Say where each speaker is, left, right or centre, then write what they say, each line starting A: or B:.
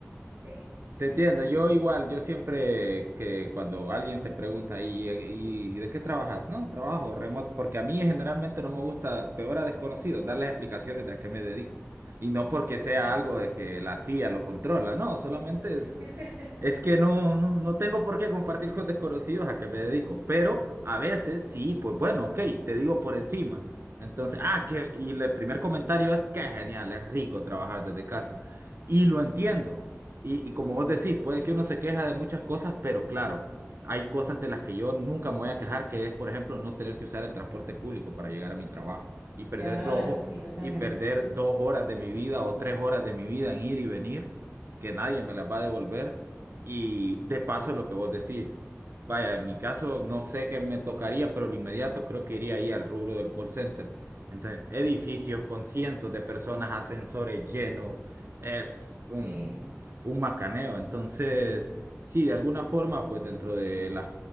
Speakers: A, on the right; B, on the right.
A: sí.
B: Te entiendo, yo igual, yo siempre que cuando alguien te pregunta, ¿y, y de qué trabajas? No, trabajo remoto, porque a mí generalmente no me gusta, peor a desconocidos, darles explicaciones de a qué me dedico. Y no porque sea
A: Ujú.
B: algo de que la CIA lo controla, no, solamente es
A: <laughs>
B: es que no, no, no tengo por qué compartir con desconocidos a qué me dedico, pero a veces sí, pues bueno, ok, te digo por encima. Entonces, ah, que, y el primer comentario es, qué genial, es rico trabajar desde casa. Y lo entiendo. Y, y como vos decís,
A: Sí,
B: puede que uno se queja de muchas cosas, pero claro, hay cosas de las que yo nunca me voy a quejar, que es, por ejemplo, no tener que usar el transporte público para llegar a mi trabajo y perder
A: claro,
B: dos, ho-
A: sí, totalmente.
B: y perder dos horas de mi vida o tres horas de mi vida en ir y venir, que nadie me las va a devolver. Y de paso lo que vos decís, vaya, en mi caso no sé qué me tocaría, pero lo inmediato creo que iría ahí al rubro del call center. Entonces, edificios con cientos de personas, ascensores llenos, es un,
A: Sí,
B: un macaneo. Entonces, sí, de alguna forma, pues dentro de las